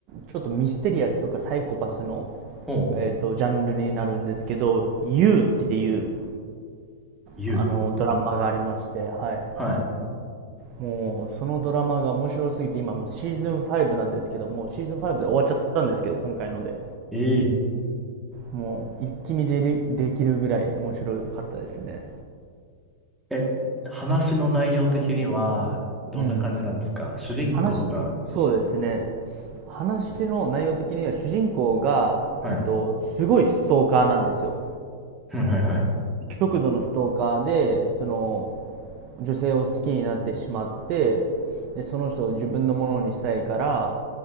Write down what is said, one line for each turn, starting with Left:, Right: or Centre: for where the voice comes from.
Right: ちょ、ちょっとミステリアスとかサイコパスの、
Centre: おう、
Right: えっと、ジャンルになるんですけど、You っていう、
Centre: You。
Right: あの、ドラマがありまして、はい。
Centre: はい。
Right: もう、そのドラマが面白すぎて、今もうシーズン5なんですけど、もうシーズン5で終わっちゃったんですけど、今回ので。
Centre: え
Right: もう、一気見でり、できるぐらい面白かったですね。
Centre: ええ、話の内容的にはどんな感じなんですか主人公が。
Right: うん。話、そうですね。話の内容的には主人公が、
Centre: はい。
Right: えっと、すごいストーカーなんですよ。
Centre: はいはいはい。
Right: 極度のストーカーで、その、女性を好きになってしまって、で、その人を自分のものにしたいから、